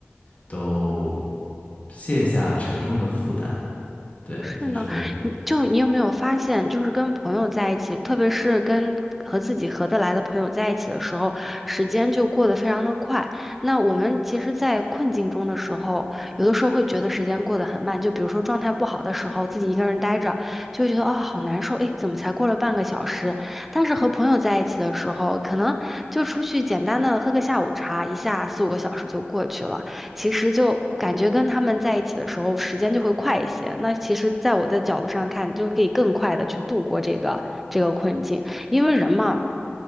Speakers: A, on the left; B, in the centre.
A: 都卸下沉重的负担。对，
B: 是呢，
A: 就是
B: 你就你有没有发现，就是跟朋友在一起，特别是跟和自己合得来的朋友在一起的时候，时间就过得非常的快。那我们其实，在困境中的时候，有的时候会觉得时间过得很慢。就比如说状态不好的时候，自己一个人待着，就会觉得啊好难受，哎，怎么才过了半个小时？但是和朋友在一起的时候，可能就出去简单的喝个下午茶，一下四五个小时就过去了。其实就感觉跟他们在一起的时候，时间就会快一些。那其实，在我的角度上看，就是可以更快的去度过这个这个困境，因为人嘛，